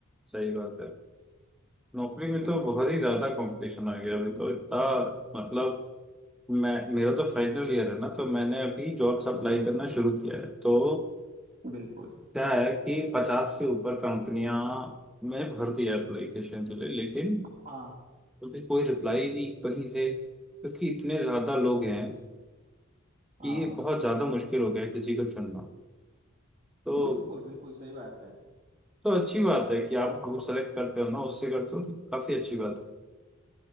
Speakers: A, in the centre; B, on the right.
A: सही बात है नौकरी में
B: बिल्कुल
A: तो बहुत ही ज्यादा कंपटीशन आ गया अभी तो इतना मतलब मैं मेरा तो फाइनल ईयर है ना तो मैंने अभी जॉब्स अप्लाई
B: हम्म,
A: करना शुरू किया है तो
B: बिल्कुल
A: क्या है कि पचास से ऊपर कंपनियां में भर दिया एप्लीकेशन के लिए लेकिन
B: हाँ
A: अभी कोई रिप्लाई नहीं कहीं से क्योंकि इतने ज्यादा लोग हैं
B: हाँ
A: कि बहुत ज्यादा मुश्किल हो गया है किसी को चुनना तो
B: बिल्कुल बिल्कुल सही बात है
A: तो अच्छी बात है कि
B: और
A: आप ग्रुप सेलेक्ट करते हो ना उससे करते हो तो काफी अच्छी बात है